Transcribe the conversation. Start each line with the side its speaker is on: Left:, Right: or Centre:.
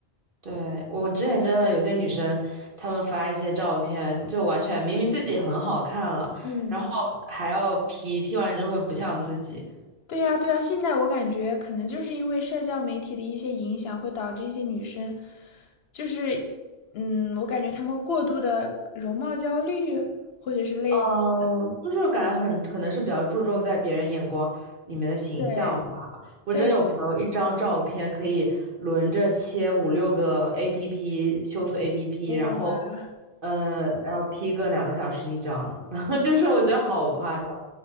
Right: 对，我之前真的有些女生，她们发一些照片，就完全明明自己很好看了，
Left: 嗯，
Right: 然后还要 P，P 完之后又不像自己，
Left: 对呀，对呀，现在我感觉可能就是因为社交媒体的一些影响，会导致一些女生，就是，嗯，我感觉她们过度的容貌焦虑，或者是类似的，
Right: 嗯，就是感觉很可能是比较注重在别人眼光里面的形象吧。
Left: 对。
Right: 我真有朋友一张照片可以轮着切五六个
Left: 对，
Right: APP 修图 APP，
Left: 哇，
Right: 然后，呃，然后 P 个两个小时一张，<laughs> 然后就是我觉得好夸张，